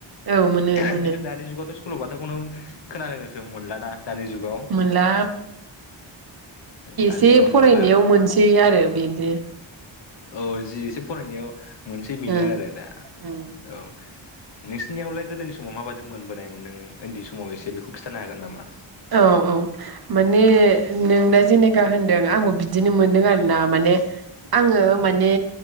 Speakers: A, on the right (about 50°); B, on the left (about 60°).
A: औ मोनो
B: खिन्थु
A: मोनो
B: दानि जुगावथ' स सल'बाथाखौनो खोनानो जों मोनला ना। दानि जुगाव ओहो।
A: मोनला
B: दानि
A: जे
B: जुगाव
A: फरायनायाव
B: मोनला
A: मोनसै आरो बेनो।
B: औ जि एसे फरायनायाव मोनसेै बेनो
A: ओं
B: आरो दा
A: ओं
B: औ। नोंसिनियावलाय गोदोनि समाव माबादि मोनबोनायमोन नोङो उन्दै समाव एसे बेखौ खिन्थानो हागोन नामा।
A: औ औ माने
B: औ
A: नों दा जेनेखा होनदों आंबो बिदिनो मोनदों आरो ना। माने आङो माने